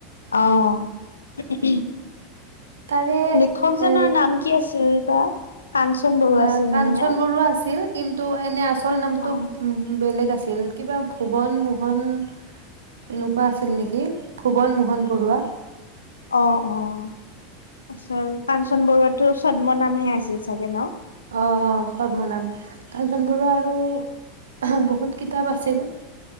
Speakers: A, on the left; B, on the right.
A: অঁ উহু <unintelligible>
B: তাৰে
A: লিখক জনৰ
B: এ
A: নাম কি আছিল বা? কাঞ্চন বৰুৱা
B: লে
A: আছিল
B: কাঞ্চন
A: নহয় নে?
B: বৰুৱা আছিল, কিন্তু এনে আচল নামটো
A: অ'
B: উম, বেলেগ আছিল। কিবা ভুৱন মোহন, এনেকুৱা আছিল নেকি, ভুৱন মোহন বৰুৱা।
A: অঁ অঁ, কাঞ্চন বৰুৱাটো ছদ্ম নামহে আছিল চাগে ন'?
B: অঁ, অঁ, ছদ্মনাম, কাঞ্চন বৰুৱা আৰু <unintelligible> বহুত কিতাপ আছিল,